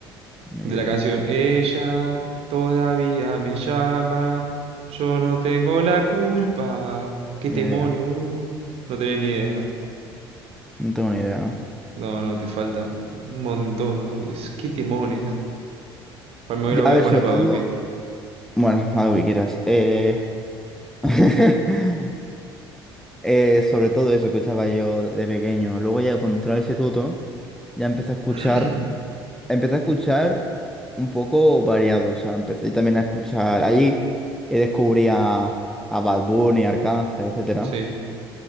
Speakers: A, in the centre; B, on the right.
A: Ni
B: De
A: idea,
B: la canción Ella todavía me llama, yo no tengo la culpa. Qué
A: ni
B: temones,
A: idea.
B: boludo. No No tenés ni idea, ¿no?
A: No tengo ni idea, ¿no?
B: No, no, te falta un montón, boludo. Es, qué temones. Para me
A: Ya,
B: la voy
A: a ver,
B: a poner
A: sobre
B: para
A: todo.
B: dormir.
A: Bueno, algo que quieras. Eh... <laughs> eh, sobre todo eso que escuchaba yo de pequeño. Luego ya cuando entré al instituto, ya empecé a escuchar
B: <clears throat>
A: empecé a escuchar un poco variado, o sea, empecé también a escuchar, allí eh, descubrí a, a Bad Bunny, Arcángel, etcétera.
B: Sí,